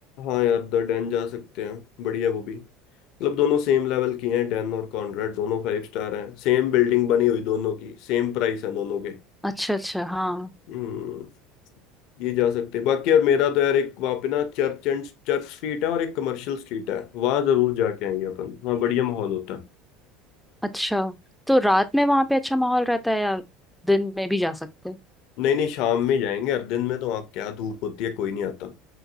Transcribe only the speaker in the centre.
अच्छा अच्छा हाँ
अच्छा तो रात में वहां पे अच्छा माहौल रहता है या दिन में भी जा सकते हैं